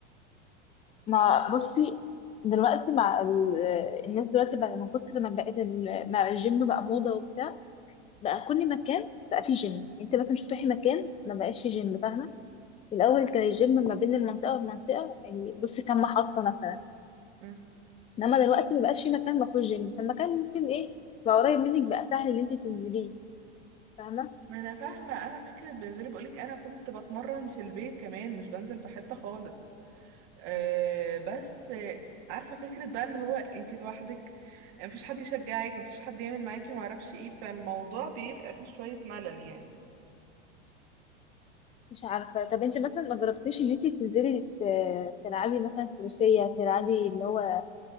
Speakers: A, on the left; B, on the right.
A: ما بصي دلوقتي مع ال... الناس دلوقتي بقى من كتر ما بقت ال... مع الجيم بقى موضة وبتاع بقى كل مكان بقى فيه جيم انت مثلا مش هتروحي مكان ما بقاش فيه جيم فاهمة الأول كان الجيم ما بين المنطقة والمنطقة يعني بصي كام محطة مثلا
B: مم.
A: انما دلوقتي ما بقاش فيه مكان ما فيهوش جيم فالمكان ممكن ايه بقى قريب منك بقى سهل ان انت تنزليه فاهمة
B: ما انا فاهمه انا فكره بالنسبه لي بقولك انا كنت بتمرن في البيت كمان مش بنزل في حته خالص آه بس آه، عارفة فكرة بقى اللي هو انتي لوحدك آه، مفيش حد يشجعك مفيش حد يعمل معاكي معرفش ايه فالموضوع بيبقى فيه شوية ملل يعني
A: مش عارفة طب انت مثلا ما جربتيش ان انت تنزلي ت- تلعبي مثلا فروسية تلعبي اللي هو